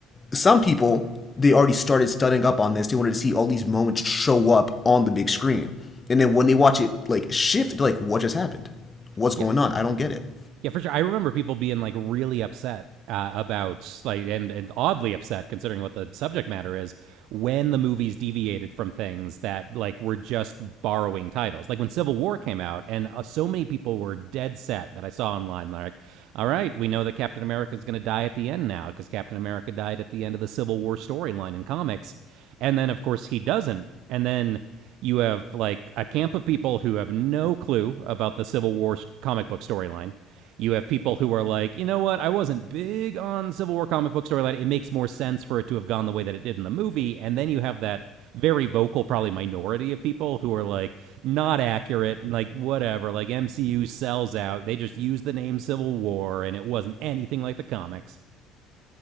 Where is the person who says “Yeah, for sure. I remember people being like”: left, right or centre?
Right